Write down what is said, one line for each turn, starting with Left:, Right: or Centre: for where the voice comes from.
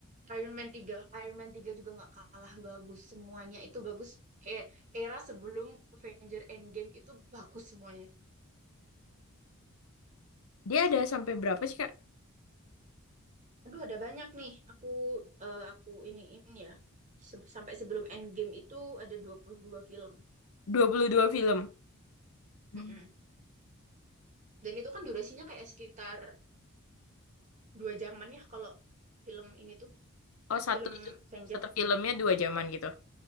Right: Iron Man tiga Iron Man tiga juga nggak kalah bagus. Semuanya itu bagus. Kayak era sebelum Avenger Endgame itu bagus semuanya.
Left: Dia ada sampai berapa sih Kak?
Right: Aduh, ada banyak nih. Aku eh, aku ini ini ya. Se- Sampai sebelum Endgame itu ada 22 film.
Left: dua puluh dua film. Hmm.
Right: Mm-mm. Dan itu kan durasinya kayak sekitar dua jaman ya kalau film ini tuh
Left: Oh, satu
Right: film
Left: itu
Right: Avenger.
Left: satu filmnya dua jaman gitu.